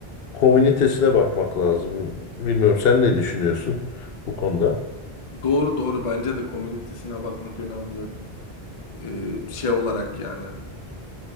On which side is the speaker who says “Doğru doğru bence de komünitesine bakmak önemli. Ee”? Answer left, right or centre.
Left